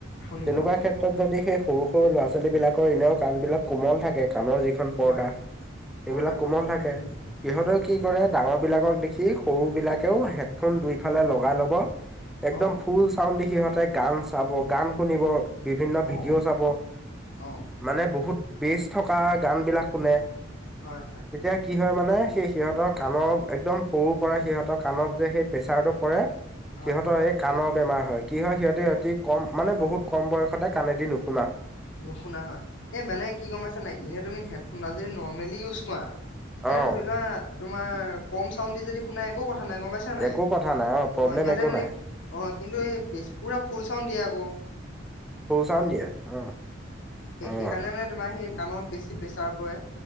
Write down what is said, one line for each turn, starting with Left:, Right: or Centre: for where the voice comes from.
Left: শুনি
Centre: তেনেকুৱা
Left: পাওঁ শুনি
Centre: ক্ষেত্ৰত
Left: পাওঁ হয়।
Centre: যদি সেই সৰু - সৰু ল'ৰা ছোৱালী বিলাকৰ এনেও কাণবিলাক কোমল থাকে। থাকে কাণৰ যিখন পৰ্দা
Left: হয়
Centre: সেইবিলাক
Left: পৰ্দাখনৰ
Centre: কোমল
Left: হয়
Centre: থাকে। ইহঁতেও
Left: উম উম
Centre: কি কৰে ডাঙৰ বিলাকক দেখি সৰু বিলাকেও হেডফোন দুইফালে
Left: অ
Centre: লগাই ল'ব। একদম
Left: অ
Centre: ফুল চাউন্ড দি সিহঁতে গান চাব গান শুনিব বিভিন্ন ভিডিঅ'
Left: অ
Centre: চাব।
Left: অ
Centre: মানে বহুত বেজ থকা গান বিলাক শুনে
Left: হয় হয়
Centre: তেতিয়া কি হয় মানে সেই সিহঁতৰ কাণৰ একদম সৰু পৰা সিহঁতৰ কাণত যে সেই প্ৰেচাৰটো পৰে
Left: হয়
Centre: সিহঁতৰ
Left: হয়
Centre: এই কাণৰ বেমাৰ হয় কি হয় সিহঁতে অতি কম মানে
Left: অ
Centre: বহুত কম বয়সতে কাণেদি নুশুনে
Left: নুশুনা হয়, এই মানে কি গম পাইছা নাই এনে তুমি হেডফোনডাল যদি নৰ্মেলি ইউজ কৰা এনে
Centre: অ'
Left: ধৰি লোৱা তোমাৰ কম চাউণ্ড দি যদি শুনা একো কথা নাই গম পাইছা নাই।
Centre: একো কথা নাই প্ৰব্লেম
Left: অ সিহঁতে
Centre: একো
Left: মানে
Centre: নাই
Left: অ কিন্তু এই বেছি পুৰা ফুল চাউন্ড দিয়ে আকৌ
Centre: ফুল চাউন্ড দিয়ে অ
Left: সে
Centre: অ'
Left: সেইকাৰণে মানে তোমাৰ সেই কাণত বেছি প্ৰেছাৰ পৰে।